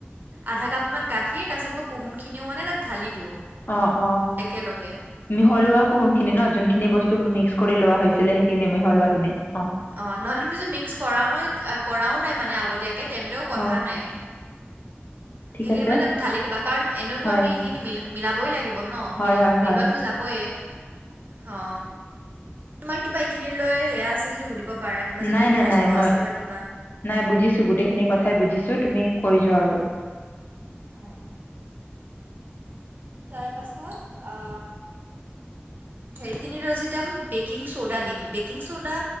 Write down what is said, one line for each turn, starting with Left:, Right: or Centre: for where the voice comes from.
Right: আধা কাপমান গাখীৰ তাৰপিছত মই কুহুমখিনিও মানে তাত ঢালি দিওঁ।
Left: অ অ
Right: একেলগে
Left: মিহলোৱা কুহুম খিনি ন যোনখিনি বস্তু মিক্স কৰি লোৱা হৈছিলে সেইখিনি মিহলোৱা খিনি অ।
Right: অ নহ'লে তুমি যে মিক্স কৰাও নই এ কৰাও নাই মানে আগতীয়াক তেন্তেও কথা
Left: অ'
Right: নাই।
Left: ঠিক
Right: সেইখিনি
Left: আছে
Right: মানে তাত ঢালি দিবা কাৰণ এনেওতো
Left: হয়
Right: আমি সেইখিনি মিল মিলাবই লাগি ব ন,
Left: হয়
Right: মিল-মিলোৱাটো
Left: হয় হয়
Right: যাবয়ে, অ। তোমাৰ কিবা এইখিনি লৈ সেয়া আছে যদি সুধিব পাৰা কিবা যদি
Left: নাই নাই
Right: প্ৰশ্ন
Left: নাই মই
Right: আছে বা কিবা।
Left: নাই বুজিছো, গোটেইখিনি কথাই বুজিছো তুমি কৈ যোৱা আৰু।
Right: অ। তাৰপাছত আ <unintelligible> বেকিং চ'ডা দিম, বেকিং চ'ডা